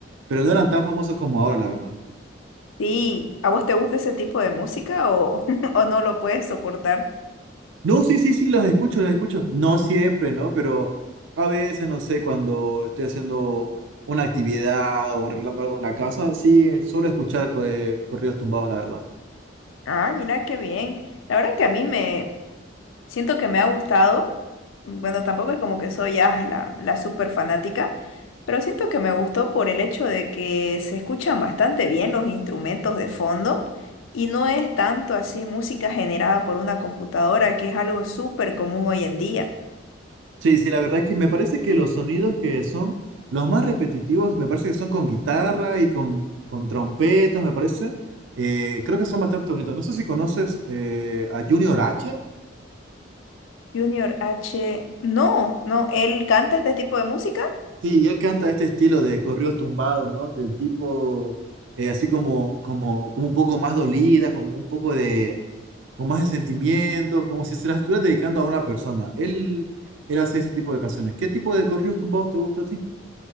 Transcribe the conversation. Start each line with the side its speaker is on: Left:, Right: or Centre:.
Right: pero no eran tan famosos como ahora, la verdad.
Left: Sí, ¿a vos te gusta ese tipo de música o, <laughs> o no lo puedes soportar?
Right: No, sí, sí, sí, los escucho, los escucho. No siempre, ¿no? Pero a veces, no sé, cuando estoy haciendo una actividad o arreglando algo en la casa, sí, suelo escuchar co- eh, corridos tumbados, la verdad.
Left: Ah, mira qué bien. La verdad que a mí me siento que me ha gustado. Bueno, tampoco es como que soy ah, la, la súper fanática, pero siento que me gustó por el hecho de que se escuchan bastante bien los instrumentos de fondo y no es tanto así música generada por una computadora, que es algo súper común hoy en día.
Right: Sí, sí, la verdad es que me parece que los sonidos que son los más repetitivos, me parece que son con guitarra y con, con trompetas, me parece. Eh, creo que son bastante bonitos. No sé si conoces eh, a Junior H.
Left: Junior H, no, no, ¿él canta este tipo de música?
Right: Sí, él canta este estilo de corridos tumbados, ¿no? Del tipo, eh, así como, como, como un poco más dolida, como un poco de, con más de sentimientos, como si se las estuvieras dedicando a una persona. Él, él hace ese tipo de canciones. ¿Qué tipo de corridos tumbados te gusta a ti?